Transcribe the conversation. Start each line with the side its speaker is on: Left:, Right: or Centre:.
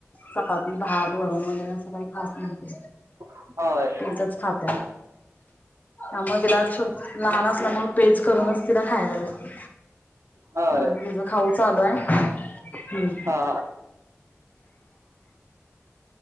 Left: चपाती, भात, वरण वगैरे अस काही खात नाही ती
Right: हा होय
Left: पेजचं खात. त्यामूळ तिला अस लहान असल्यामुळ पेज करूनच तिला खायला देते,
Right: होय
Left: मग तीचा खाऊ चालू हाय, हम्म
Right: हा